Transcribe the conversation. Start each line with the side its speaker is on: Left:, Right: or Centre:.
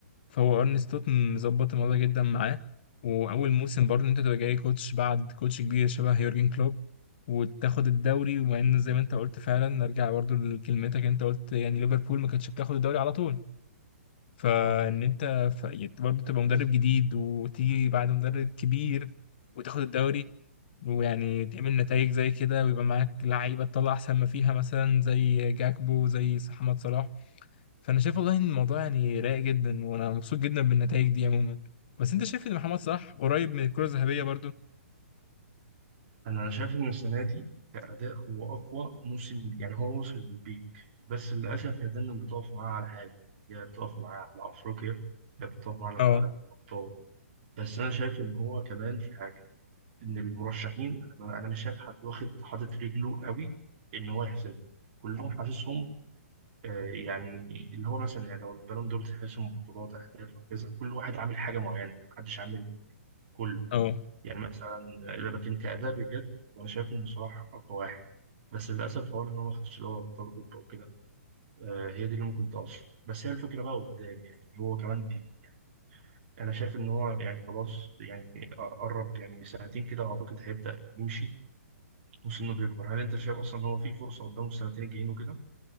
Left: فهو ارني ستوتن ظبط الموضوع ده جدا معاه واول موسم برضه إن انت تبقى جاي كوتش بعد كوتش كبير شبه يورجن كلوب وتاخد الدوري ومع ان زي ما انت قلت فعلا نرجع برضه لكلمتك انت قلت يعني ليفربول ما كانتش بتاخد الدوري على طول فان
Right: صح؟
Left: انت ف... يعني برضه تبقى مدرب جديد وتيجي بعد مدرب كبير وتاخد الدوري ويعني تعمل نتائج زي كده ويبقى معاك لعيبه تطلع احسن ما فيها مثلا زي جاكبو زي محمد صلاح فانا شايف والله ان الموضوع يعني رايق جدا وانا مبسوط جدا بالنتائج دي عموما بس انت شايف ان محمد صلاح قريب من الكره الذهبيه برضو
Right: انا أنا شايف ان السنه دي كاداء هو اقوى موسم ليه. يعني هو وصل للبيك بس للاسف هي دايما بتقف معاه على حاجه يا بتقف معاه على افريقيا يا بتقف معاه على
Left: اه
Right: على الابطال بس انا شايف ان هو كمان في حاجه يعني ان المرشحين انا أنا مش شايف حد واخد حاطط رجله قوي ان هو يحسمها كلهم حاسسهم آه، يعني اللي هو مثلا يعني لو البالون دور تحسم بطولات اهداف وهكذا كل واحد عامل حاجه معينه محدش عامل كله
Left: اه
Right: يعني مثلا إذا بكين كأداء بجد وأنا شايف إن صلاح أقوى واحد بس للأسف حوار إن هو ما خدش دوري أبطال أوروبا وكده آه، هي دي اللي ممكن تأثر بس هي الفكرة بقى قدام يعني هو كمان بي يعني أنا شايف إن هو يعني خلاص يعني قرب يعني سنتين كده أعتقد هيبدأ يمشي وسنه بيكبر هل أنت شايف أصلا هو في فرصة قدامه السنتين الجايين وكده